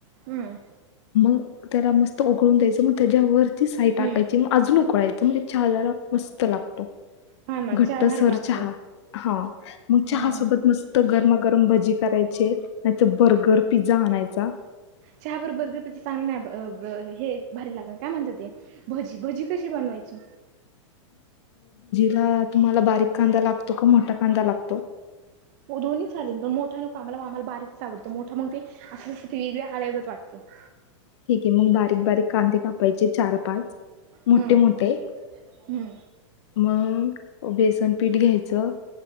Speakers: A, on the right (about 35°); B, on the left (about 60°).
A: हम्म.
B: मग त्याला मस्त उघळून द्यायचं मग त्याच्यावरती साई टाकायची
A: हम्म
B: मग अजून उकळायचं म्हणजे चहाजार... मस्त लागतो,
A: हा ना
B: घट्ट
A: चहा भारी
B: सर
A: लागतो
B: चहा. हा मग
A: हम्म
B: चहा सोबत मस्त गरमागरम भजी करायचे नाहीत... बर्गर, पिझ्झा आणायचा.
A: चहा बरोबर बर्गर, पिझ्झा चांगलं नाही ब-ब हे भारी लाग काय म्हणत ते. भजी, भजी कशी बनवायची.
B: ला तुम्हाला बारीक कांदा लागतो का मोठा कांदा लागतो.
A: हो दोन्ही चाले पण मोठा नक आमला आमला बारीकच आवडतो मोठा मग ते आस अस ते वेगळे आळगत वाटतं. <inaudible>
B: ठीक हे, मग बारीक -बारीक कांदे कापायचे चार, पाच मोठे
A: हम्म
B: -मोठे.
A: हम्म
B: मग बेसन पीठ घ्यायचं.